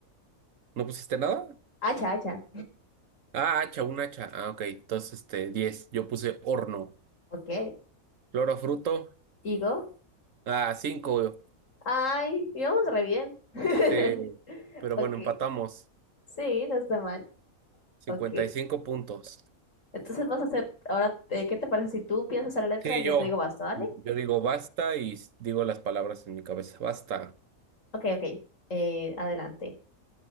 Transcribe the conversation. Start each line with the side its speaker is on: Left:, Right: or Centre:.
Right: ¿No pusiste nada?
Left: Hacha, hacha.
Right: Ah, hacha, un hacha. Ah, ok. Entonces, este, diez Yo puse horno.
Left: Ok.
Right: flor o fruto.
Left: Digo.
Right: Ah, cinco
Left: Ay, íbamos re bien. <laughs>
Right: Sí. Pero
Left: Ok.
Right: bueno, empatamos.
Left: Sí, no está mal.
Right: cincuenta
Left: Ok.
Right: y cinco puntos.
Left: Entonces vas a hacer, ahora, eh, ¿qué te parece si tú piensas en la letra
Right: Sí,
Left: y yo
Right: yo.
Left: te digo basta, ¿vale?
Right: Yo digo basta y s- digo las palabras en mi cabeza. Basta.
Left: Ok, ok. Eh, adelante.